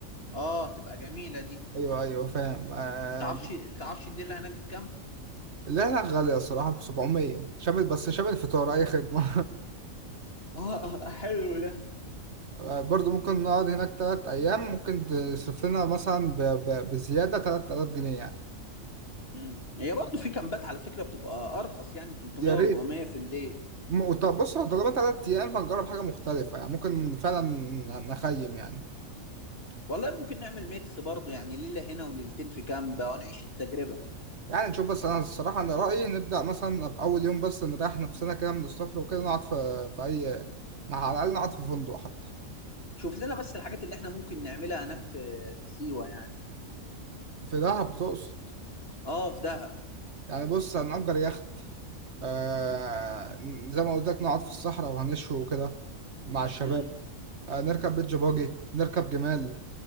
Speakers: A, on the left (about 45°); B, on the right (about 55°).
A: اه تبقى جميله دي
B: ايوه ايوه فاهم آه
A: تعرفش تعرفش الليله هناك بكام
B: اللي هناك غالية الصراحة في 700 شامل بس شامل فطار اي خدمة
A: <laughs> اه حلو
B: <laughs> آه، برضو ممكن نقعد هناك تلات ايام ممكن تصرف لنا مثلا ب... ب... بزيادة 3000 جنيه يعني
A: امم هي برضه في كامبات على فكرة بتبقى ارخص يعني 300
B: يا ريت
A: و400 في الليل
B: م- وط- بص هو طالما تلات ايام فنجرب حاجة مختلفة يعني ممكن فعلا نخيم يعني
A: والله ممكن نعمل ميكس برضه يعني ليلة هنا وليلتين في كامب ونعيش التجربة
B: يعني نشوف بس انا الصراحه انا رايي نبدا مثلا في اول يوم بس نريح نفسنا كده من السفر وكده نقعد في في اي على الاقل نقعد في فندق حتى
A: شوف لنا بس الحاجات اللي احنا ممكن نعملها هناك في في سيوة يعني
B: في دهب تقصد
A: اه في دهب
B: يعني بص هنأجر يخت آه زي ما قلت لك نقعد في الصحراء وهنشوي وكده مع الشباب
A: امم
B: آه نركب بيتش باجي نركب جمال